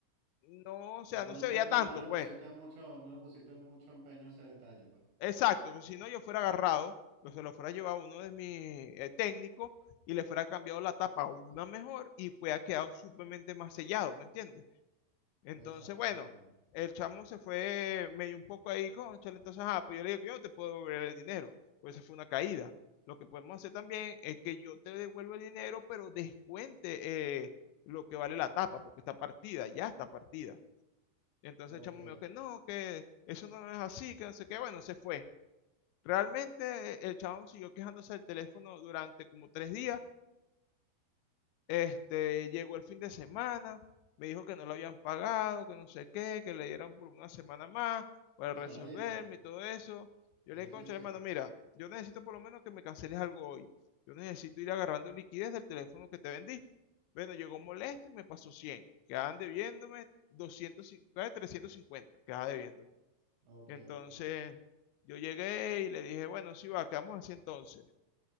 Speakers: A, on the left (about 80°); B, on the right (about 90°).
A: no, o sea,
B: No
A: no
B: le
A: se
B: echaste,
A: veía tanto,
B: no le
A: pues.
B: pusiste mucho, no le pusiste mucho empeño a ese detalle, pues.
A: Exacto, pues si no yo fuera agarrado, lo- se lo fuera llevado a uno de mis eh, técnicos y le fuera cambiado la tapa a una mejor y pues ha quedado suplemente más sellado, ¿me entiendes? Entonces,
B: Exactamente.
A: bueno, el chamo se fue medio un poco ahí, cónchale, entonces, ajá, pues yo le digo que yo no te puedo devolver el dinero, pues esa fue una caída. Lo que podemos hacer también es que yo te devuelvo el dinero, pero descuente eh, lo que vale la tapa, porque está partida, ya está partida. Entonces
B: Ok.
A: el chamo me dijo que no, que eso no es así, que no sé qué, bueno, se fue. Realmente eh, el chabón siguió quejándose del teléfono durante como tres días. Este, llegó el fin de semana, me dijo que no lo habían pagado, que no sé qué, que le dieron por una semana más para
B: ¿Y
A: resolverme
B: se la diste?
A: y todo eso. Yo
B: Le
A: le dije,
B: dijiste
A: concha,
B: que sí.
A: hermano, mira, yo necesito por lo menos que me canceles algo hoy. Yo necesito ir agarrando liquidez del teléfono que te vendí. Bueno, llegó molesto y me pasó 100. Quedaban debiéndome doscientos, cincuenta, trescientos cincuenta. quedaba debiéndome.
B: Ok,
A: Entonces,
B: ok.
A: yo llegué y le dije, bueno, sí va, ¿qué vamos así entonces?